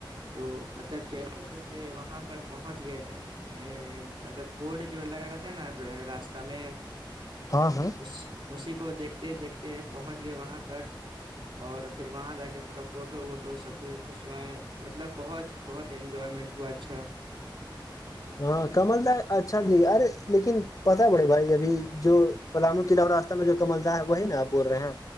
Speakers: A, on the right; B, on the left.
A: تو مطلب جیسے تیسے وہاں پر پہنچ گئے ا بورڈ ج لگ رہاتا ہےا ر سے
B: ہاں ہاں
A: اس اسی کو دیکھتے دیکھتے پہنچ گئے وہاں تک اور پھر وہاں جا کے پورا فوٹو ووٹو سب کھینچوائے مطلب بہت بہت انجوائمنٹ ہوا اچھا
B: ہاں کمل داس اچھا ج ارے لیکن پت بڑے بھائی ابھی جو پلامو قلعہ اور راستہ میں جو کمل دار ہے وہی نا آ بول رہے ہیں